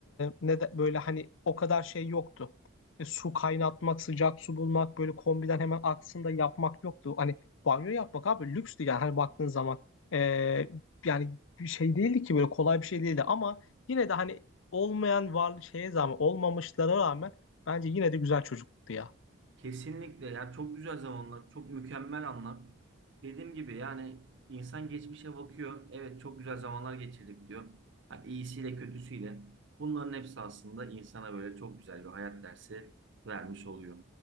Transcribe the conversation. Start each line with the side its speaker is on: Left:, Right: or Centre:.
Left: ne de, böyle hani o kadar şey yoktu. E, su kaynatmak, sıcak su bulmak, böyle kombiden hemen aksında yapmak yoktu. Hani banyo yapmak abi lükstü yani hani baktığın zaman. E, yani bir şey değildi ki böyle kolay bir şey değildi ama yine de hani olmayan var şeye zaman olmamışlara rağmen bence yine de güzel çocukluktu ya.
Right: Kesinlikle ya çok güzel zamanlar, çok mükemmel anlar. Dediğim gibi yani insan geçmişe bakıyor. Evet çok güzel zamanlar geçirdik diyor. Hani iyisiyle kötüsüyle. Bunların hepsi aslında insana böyle çok güzel bir hayat dersi vermiş oluyor.